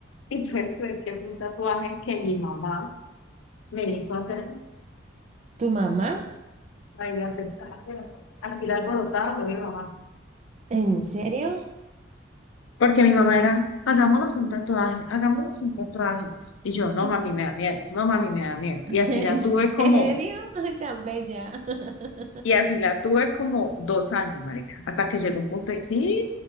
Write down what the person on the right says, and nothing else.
¿Tu mamá?
¿En serio?
<laughs>
¿En
serio?
Ay, tan bella. <laughs>